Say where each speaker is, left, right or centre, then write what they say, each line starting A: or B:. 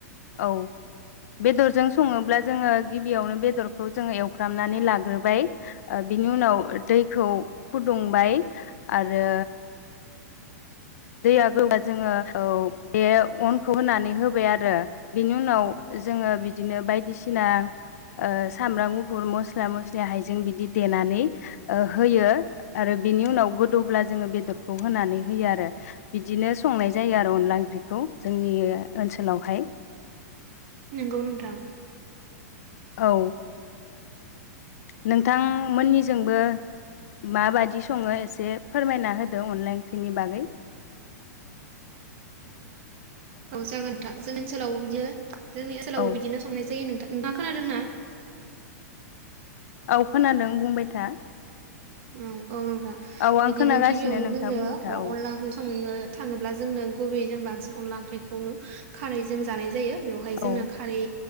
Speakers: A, on the left; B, on the right.
A: औ बेदरजों सङोब्ला जोङो गिबियावनो बेदरखौ जोङो एवफ्रामनानै लाग्रोबाय बिनि उनाव दैखौ फुदुंबाय आरो। दैया गोदौब्ला जोङो औ बे अनखौ होनानै होबाय आरो बिनि उनाव जोङो बिदिनो बायदिसिना ओ सामब्राम गुफुर मस्ला मस्लि हायजें बिदि देनानै ओ होयो आरो बिनि उनाव गोदौब्ला जोङो बेदरखौ होनानै होयो आरो। बिदिनो संनाय जायो आरो अनला ओंख्रिखौ जोंनि ओनसोलावहाय
B: नंगौ नोंथां।
A: औ नोंथांमोननिजोंबो माबादि सङो एसे फोरमायना होदो अनला ओंख्रि नि बागै
B: औ जागोन नोंथां जोंनि ओनसोलावबो बिदिनो जोंनि ओनसोलावबो
A: औ
B: बिदिनो संनाय जायो नोंथां। नोंथांआ खोनादोंना?
A: औ खोनादों बुंबाय था।
B: उम्म औ नोंथां
A: औ आं
B: बिदिनो
A: खोनागासिनो
B: गिबियावनो
A: नोंथाङा
B: जोङो
A: बुंबाय था
B: अ-अनला
A: औ
B: ओंख्रि संनो थाङोब्ला जोंनो गुबैयै जों बांसिन अनला ओंख्रिखौनो खारै जों जानाय जायो। बेवहाय
A: औ
B: जोंना खारै